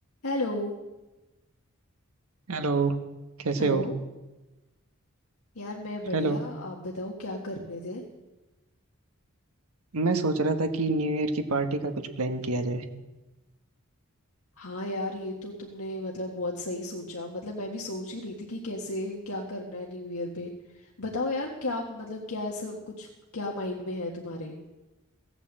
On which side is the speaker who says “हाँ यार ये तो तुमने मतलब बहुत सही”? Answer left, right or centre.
Left